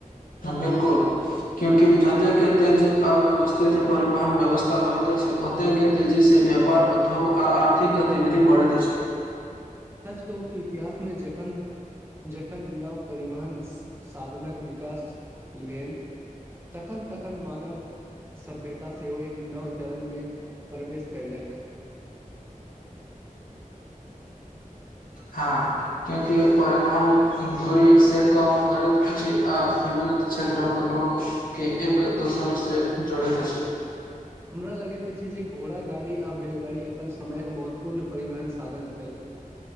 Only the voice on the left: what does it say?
बिलकुल, क्यूंकि ज ओतेक के तेजी अव्यवस्थित परिवहन व्यवस्था होइत अछि, ओतेकके तेजी सँ व्यापार उद्योग आ आर्थिक गतिविधि बढ़ैत अछि।
हँ, क्यूकि परिवहन दूरी से कम करैत अछि आ विभिन्न क्षेत्रक लोक के एक दोसर से जोड़ैत अछि।